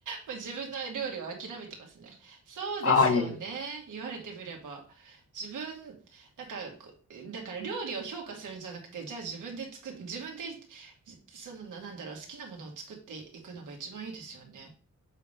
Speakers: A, on the right; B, on the left.
A: もう自分の料理を諦めてますね。そうですよね。
B: ああ、いえいえ。
A: 言われてみれば。自分、なんか、こだから料理を評価するんじゃなくて、じゃあ自分で作っ、自分で、じその、ななんだろう、好きなものを作っていくのが一番いいですよね。